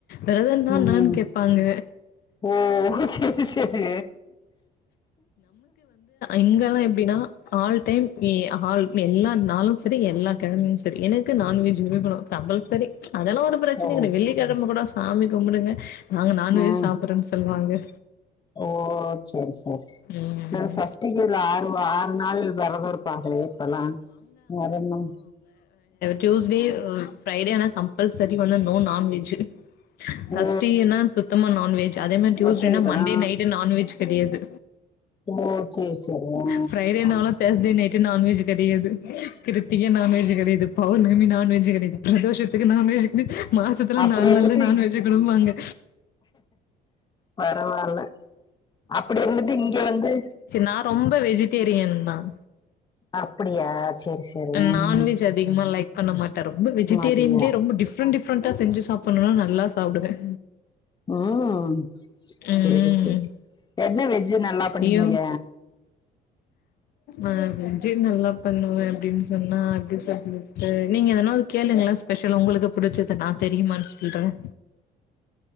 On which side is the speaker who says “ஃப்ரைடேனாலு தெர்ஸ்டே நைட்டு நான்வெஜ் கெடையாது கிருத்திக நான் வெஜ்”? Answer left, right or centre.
Left